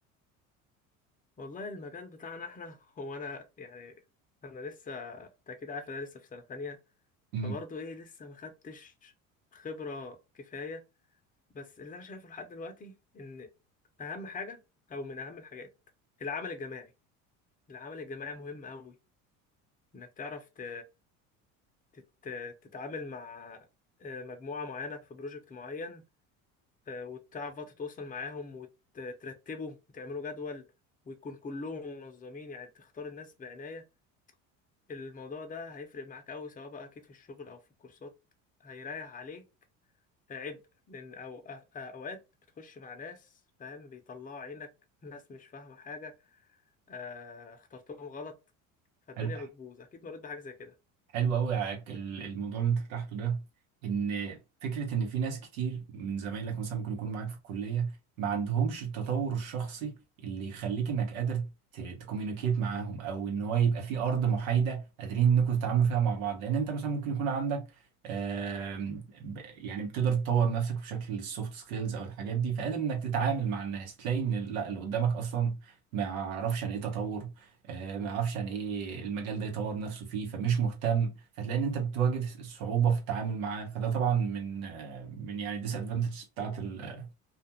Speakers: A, on the left; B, on the right.
A: والله المجال بتاعنا احنا هو انا يعني انا لسه انت اكيد عارف انا لسه في سنة تانية
B: مم.
A: فبرضه ايه لسه ما خدتش خبرة كفاية بس اللي انا شايفه لحد دلوقتي ان اهم حاجة او من اهم الحاجات العمل الجماعي العمل الجماعي مهم قوي انك تعرف ت... تت... تتعامل مع آه، مجموعة معينة في بروجكت معين آه، وتعرف بقى تتواصل معاهم وترتبه وتعملوا جدول ويكون كلهم منظمين يعني تختار الناس بعناية الموضوع ده هيفرق معاك أوي سواء بقى أكيد في الشغل أو في الكورسات هيريح عليك عبء لأن أو أ- أوقات بتخش مع ناس فاهم بيطلعوا عينك ناس مش فاهمة حاجة آه، اخترتهم غلط فالدنيا
B: حلو
A: بتبوظ أكيد مريت بحاجة زي كده
B: حلو قوي الموضوع اللي انت فتحته ده ان فكره ان في ناس كتير من زمايلك مثلا ممكن يكونوا معاك في الكليه ما عندهمش التطور الشخصي اللي يخليك انك قادر تكوميونيكيت معاهم او ان هو يبقى في ارض محايده قادرين انكم تتعاملوا فيها مع بعض لان انت مثلا ممكن يكون عندك آم، ب- يعني بتقدر تطور نفسك بشكل السوفت سكيلز او الحاجات دي فقادر انك تتعامل مع الناس تلاقي ان لا اللي قدامك اصلا ما يعرفش عن ايه تطور آه، ما يعرفش عن ايه المجال ده يطور نفسه فيه فمش مهتم فتلاقي ان انت بتواجه صعوبة في التعامل معاه فده طبعا من آه، من يعني الديس ادفانتجز بتاعت ال-